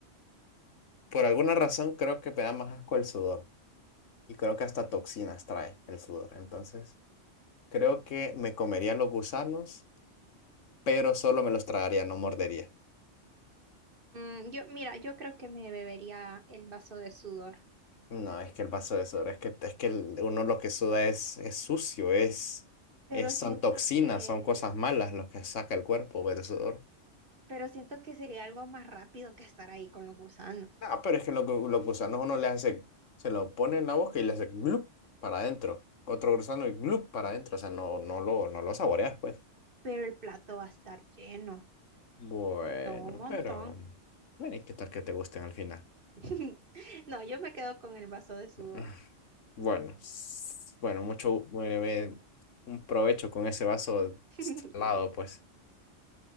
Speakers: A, on the left; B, on the right.
A: Por alguna razón creo que me da más asco el sudor y creo que hasta toxinas trae el sudor, entonces... Creo que me comería los gusanos, pero solo me los tragaría, no mordería.
B: Mm, yo, mira, yo creo que me bebería el vaso de sudor,
A: No, es que el vaso de sudor, es que, es que el- uno lo que suda es, es sucio, es,
B: pero
A: es, son
B: siento
A: toxinas,
B: que,
A: son cosas malas lo que saca el cuerpo del sudor.
B: pero siento que sería algo más rápido que estar ahí con los gusanos.
A: Ah, pero es que los, gu- los gusanos uno le hace, se lo pone en la boca y le hace glup para adentro. Otro gusano y glup para adentro, o sea, no, no lo, no lo saboreas, pues.
B: Pero el plato va a estar lleno,
A: Bueno,
B: son un montón.
A: pero... Bueno, ¿y qué tal que te gusten al final?
B: <laughs> No, yo me quedo con el vaso de sudor.
A: <laughs> Bueno, s- bueno, mucho me- me- un provecho con ese vaso
B: <laughs>
A: salado, pues.